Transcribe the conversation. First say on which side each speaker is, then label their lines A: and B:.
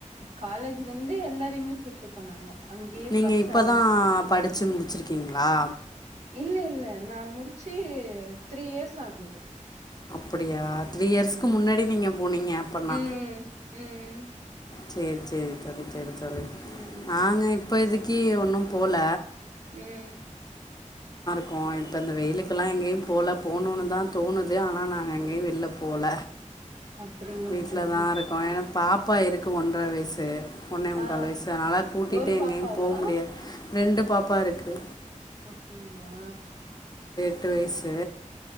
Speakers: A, on the right; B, on the left.
A: காலேஜ்லருந்து எல்லாரையுமே கூட்டு போனாங்க அங்கேயே
B: நீங்க
A: பஸ்
B: இப்பதா
A: அரேஞ்ச்
B: படிச்சு முடி ச்சிருக்கீங்களா
A: இல்ல இல்ல நா முடிச்சி த்ரீ இயர்ஸ் ஆகுது
B: அப்படியா த்ரீ இயர்ஸ்க்கு
A: ம்
B: முன்னடி நீங்க போனீங்க அப்பன்னா
A: ம் ம்
B: சேரி சேரி தோழி சேரி தோழி
A: ம்
B: நாங்க இப்ப இதுக்கு கீ ஒன்னு போல
A: ம்
B: க்கோ இப்ப இந்த வெயிலுக்கெல்லா எங்கயு போல போகணுன்னு தா தோணுது ஆனா நாங்க எங்கையு வெளில போல
A: அப்டிங்களா
B: வீட்டுலதா
A: தோழி
B: இருக்கோ ஏன்னா பாப்பா இருக் க்கு ஒன்ற வயசு ஒன்னே முங்கால்
A: ஆ
B: வயசு அதனால கூட்டிட்டு
A: ஒரு
B: எங்கையு
A: பாப்பாவா
B: போ முடியாது ரெண்டு பாப்பா இருக்கு
A: அப் டிங்களா
B: ட்டு வயசு